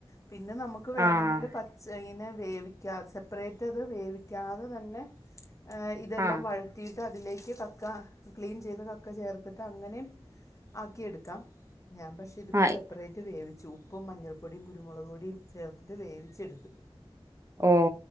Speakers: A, on the left; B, on the right.
A: പിന്നെ നമക്ക് വെണെങ്കില്
B: ആഹ്
A: പ മീനെ വേവിക്ക സെപ്പറേയ്റ്റ് അത് വേവിക്കാതെ തന്നെ ആഹ് ഇതെല്ലാം
B: ആഹ്
A: വഴ ത്തീട്ട് അതിലേക്ക് കക്ക ക്ലീൻ ചെയ്ത് കക്ക ചേർത്തിട്ട് അങ്ങനെയും ആക്കിയെടു ക്കാം ഞാൻ പക്ഷെ ഇതിപ്പോ
B: ആഹ്
A: സെ പ്പറേറ്റ് വേവിച്ചു ഉപ്പും മഞ്ഞൾപ്പൊടിയും കുരുമുളക്പൊടിം ചേർത്ത് വേവിച്ചെടുത്തു.
B: ഓ